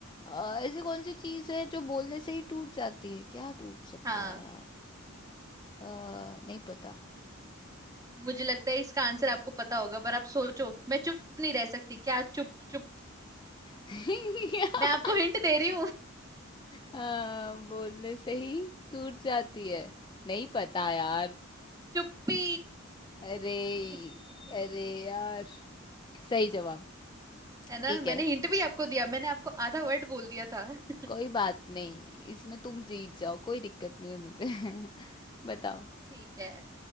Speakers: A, on the left; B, on the right.
A: अ, ऐसी कौन सी चीज है जो बोलने से ही टूट जाती है क्या टूट सकता
B: हाँ
A: है यार अ, नहीं पता
B: मुझे लगता है इसका आंसर आपको पता होगा पर आप सोचो मैं चुप नहीं रह सकती क्या चुप चुप
A: <laughs>
B: मैं आपको हिंट दे रही
A: अ, बोलने से ही टूट जाती है नहीं पता यार
B: चुप्पी
A: अरे
B: <laughs>
A: अरे यार सही जवाब
B: है ना
A: ठीक
B: मैंने
A: है
B: हिंट भी आपको दिया मैंने आपको आधा वर्ड बोल दिया था <laughs>
A: कोई बात नहीं इसमें तुम जीत जाओ कोई दिक्कत नहीं है मुझे <laughs> बताओ
B: ठीक है